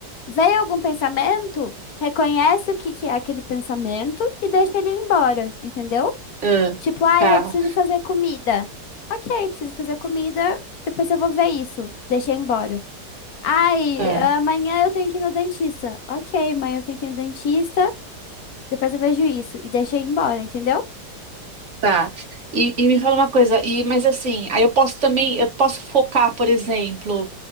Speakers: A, on the left (about 65°); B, on the right (about 55°).
A: Veio algum pensamento, reconhece o que que é aquele pensamento e deixa ele ir embora, entendeu?
B: ah,
A: Tipo, ai,
B: tá.
A: eu preciso fazer comida. Ok, preciso fazer comida, depois eu vou ver isso. Deixa ir embora. Ai,
B: Ah.
A: amanhã eu tenho que ir no dentista. Ok, amanhã eu tenho que ir no dentista. Depois eu vejo isso. E deixei embora, entendeu?
B: Tá. E, e me fala uma coisa, e, mas assim, aí eu posso também, eu posso focar, por exemplo,